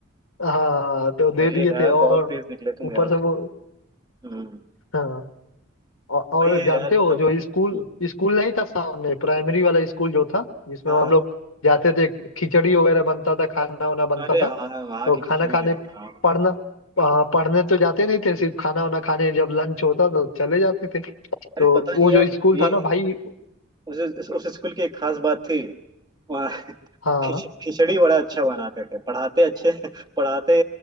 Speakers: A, on the left (about 80°); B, on the right (about 20°).
A: हाँ तो दे
B: सही
A: दिए
B: है यार
A: थे और
B: बहुत तेज निकले तुम
A: ऊपर
B: यार
A: से वो
B: हम्म
A: हाँ औ- और
B: वही है
A: जानते
B: यार
A: हो
B: मतलब
A: जो स्कूल
B: हम्म,
A: स्कूल नहीं था सामने प्राइमरी वाला स्कूल जो था जिसमें
B: हाँ
A: हम
B: हाँ
A: लोग जाते थे खिचड़ी वगैरह बनता था खाना वाना बनता
B: अरे
A: था
B: हाँ हाँ वहाँ
A: तो
B: की
A: खाना
B: खिचड़ी
A: खाने
B: यार हाँ
A: पढ़ना आ, पढ़ने तो जाते नहीं थे सिर्फ खाना वाना खाने जब लंच होता तो चले जाते थे
B: अरे
A: तो
B: पता
A: वो
B: नहीं
A: जो
B: यार
A: स्कूल
B: ये
A: था ना भाई
B: उस उस उस स्कूल की एक खास बात थी वहाँ
A: हाँ
B: खिच- खिचड़ी बड़ा अच्छा बनाते थे पढ़ाते अच्छे पढ़ाते